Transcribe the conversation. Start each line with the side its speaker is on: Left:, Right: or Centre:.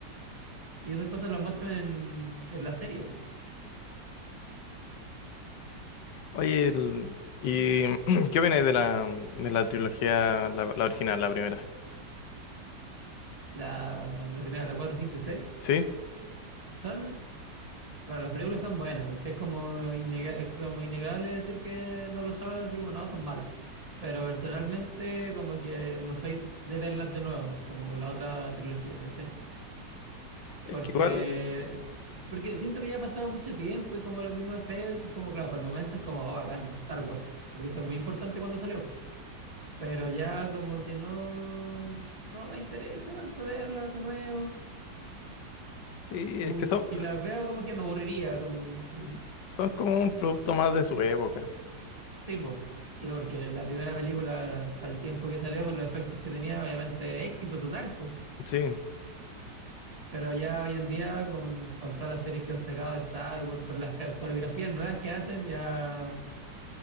Right: Y esas cosas las muestran en, en la serie.
Left: Oye, el- ¿y <clears throat> qué opinas de la, de la trilogía, la, la original, la primera?
Right: la, la primera, la 4 5 y 6
Left: Sí,
Right: son, bueno, las películas son buenas, ¿cachai? Es como, innega- es como innegable decir que no lo son, así como no, son malas. Pero personalmente, como que no soy de verlas de nuevo, como con la otra trilogía, ¿cachai?
Left: es
Right: Porque,
Left: que igual,
Right: porque siento que ya ha pasado mucho tiempo y como los mismos efectos, como claro, para el momento es como, oh, bacán, Star Wars, porque fue muy importante cuando salió, po. pero ya como que no, no me interesa tanto verlas de nuevo.
Left: sí,
Right: Como
Left: es que
Right: que
Left: son,
Right: si las veo, como que me aburriría. Como, mm,
Left: Son como un producto más de su época.
Right: sí, po. Sí, porque la primera película, para el tiempo que salió, con los efectos que tenía, obviamente éxito total, po.
Left: Sí,
Right: Pero ya hoy en día, con, con todas las series que han sacado de Star Wars, con las ca- coreografías nuevas que hacen, ya